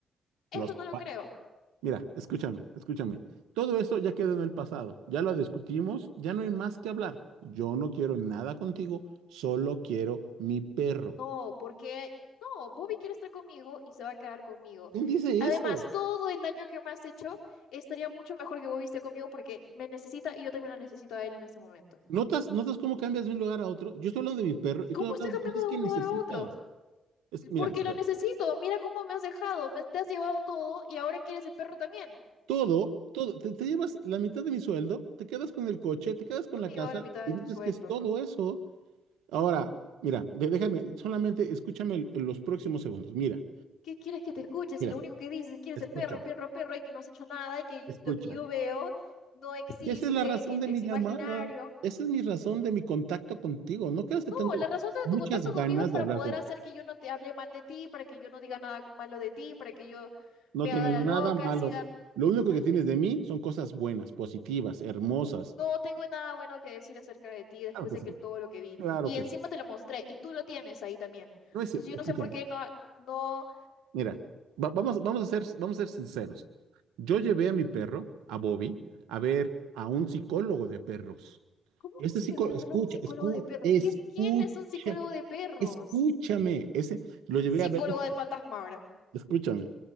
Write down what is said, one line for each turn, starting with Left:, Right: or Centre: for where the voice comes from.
Left: Esto
Right: los,
Left: no lo
Right: pa-
Left: creo.
Right: mira, escúchame, escúchame. Todo eso ya quedó en el pasado, ya lo discutimos, ya no hay más que hablar. Yo no quiero nada contigo, solo quiero mi perro.
Left: No, porque no, Bobby quiere estar conmigo y se va a quedar conmigo.
Right: ¿Quién dice
Left: Además,
Right: eso?
Left: todo el daño que me has hecho estaría mucho mejor que Bobby esté conmigo porque me necesita y yo también lo necesito a él en este momento.
Right: ¿Notas, notas cómo cambias de un lugar a otro? Yo estoy hablando de mi perro y
Left: ¿Cómo
Right: tú hablas
Left: estoy cambiando
Right: de cosas
Left: de
Right: que
Left: un
Right: necesitas.
Left: lugar a otro?
Right: Es, mira,
Left: Porque lo
Right: a ver,
Left: necesito. Mira cómo me has dejado, me te has llevado todo y ahora quieres el perro también.
Right: todo, todo, te, te llevas la mitad de mi sueldo, te quedas con el coche, te quedas con
Left: No
Right: la
Left: me
Right: casa
Left: llevaba la mitad
Right: y
Left: de
Right: dices
Left: tu sueldo.
Right: que es todo eso. Ahora, mira, de- déjame, solamente escúchame el- los próximos segundos. Mira,
Left: ¿Qué quieres que te escuches?
Right: mira,
Left: Y lo único que dices es que quieres
Right: escucha,
Left: el perro, perro, perro y que no has hecho nada y que
Right: escucha.
Left: lo que yo veo no existe,
Right: ¿Qué esa es la razón
Left: que
Right: de
Left: es
Right: mi llamada?
Left: imaginario.
Right: Esa es mi razón de mi contacto contigo. ¿No creas que
Left: No,
Right: tengo
Left: la razón de
Right: muchas
Left: tu contacto
Right: ganas
Left: conmigo es para
Right: de hablar
Left: poder
Right: con...
Left: hacer que yo no te hable mal de ti, para que yo no diga nada malo de ti, para que yo
Right: No
Left: me
Right: tienes
Left: haga la
Right: nada
Left: loca,
Right: malo.
Left: siga...
Right: Lo único
Left: <laughs>
Right: que tienes de mí son cosas buenas, positivas, hermosas.
Left: No tengo nada bueno que decir acerca de ti después
Right: Claro que
Left: de
Right: sí,
Left: que todo lo que vi.
Right: claro
Left: Y
Right: que
Left: encima
Right: sí.
Left: te lo mostré y tú lo tienes ahí también.
Right: No es,
Left: Entonces yo
Right: escúchame.
Left: no sé por qué no... ha- No,
Right: Mira, va- vamos, vamos a ser, vamos a ser sinceros. Yo llevé a mi perro, a Bobby, a ver a un psicólogo de perros.
Left: ¿cómo
Right: Este
Left: se
Right: psicólogo,
Left: van a ver
Right: escucha,
Left: a un psicólogo
Right: escu-
Left: de perros?
Right: escucha,
Left: ¿Qué es- ¿Quién es un psicólogo de perros?
Right: escúchame. Ese lo
Left: El
Right: llevé
Left: psicólogo
Right: a ver,
Left: del fantasma ahora,
Right: escúchame.